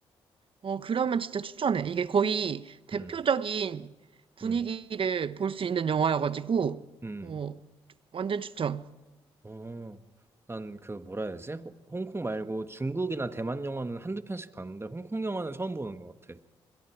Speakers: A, on the right; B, on the right.
A: 어, 그러면 진짜 추천해. 이게 거의 대표적인
B: 음,
A: 분위기를
B: 음,
A: 볼 수 있는 영화여가지고,
B: 음.
A: 어, 완전 추천.
B: 어, 난 그 뭐라 해야 되지? 홍- 홍콩 말고 중국이나 대만 영화는 한두 편씩 봤는데, 홍콩 영화는 처음 보는 것 같아.